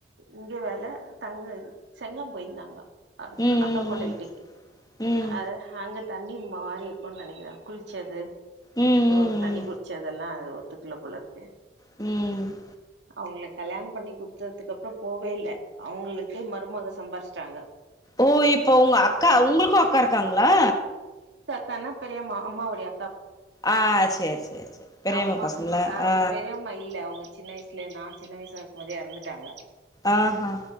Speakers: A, on the right (about 75°); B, on the left (about 20°).
A: இங்க வெல தங்க செங்கம் போயிருந்தாங்க அ
B: ம்
A: அக்கா
B: ம்
A: பொண்ணு வீட்டுக்கு
B: ம்
A: அஹ் அங்க தண்ணி மாரி இருக்குன் நெனக்கிறே குளுச்சது
B: ம் ம்
A: ஓ தண்ணி
B: ம்
A: குடுச்சதெல்லா ஒ த்துக்ல போலருக்கு
B: ம்
A: அவுங்ளுக் கல்யாணம் பண்ணி குடுத்ததுக்கப்ற போவே இல்ல அவுங்களுக்கு மருமக சம்பாரிச்சுட்டாங்க
B: ஓ இப்ப உங்க அக்கா உங்ளுக்கு அக்கா இருக்காங்ளா?
A: கான்னா பெரியம்மா அம்மாவொடைய அ
B: ஆ சேரி சேரி சேரி பெரியவங்க
A: அம்மா
B: பசங்களா
A: ஆ
B: அ
A: பெரியம்மா இல்ல அவங்க சின்ன வயசுலே நா சின்ன வயசா இருக்கு போதே எறந்துட்டாங்க
B: ஆ ஹா